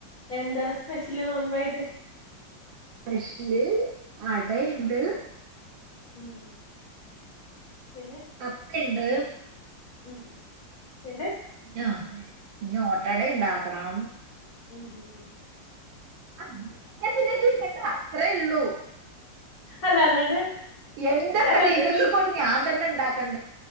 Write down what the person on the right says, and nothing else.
സെപ്ഷ്യല് അടണ്ട്
അപ്പ ഇണ്ട്
ആ ഇനി ഓട്ടട ഇണ്ടാക്കണം.
ആ പിന്നെ പിന്നെ ചോദിക്കണ്ട. അത്രേ ഉള്ളൂ
എന്തപ്പ
ഇതൊക്കെ
കൊടെ ഞാൻ തന്നെ ഉണ്ടാക്ക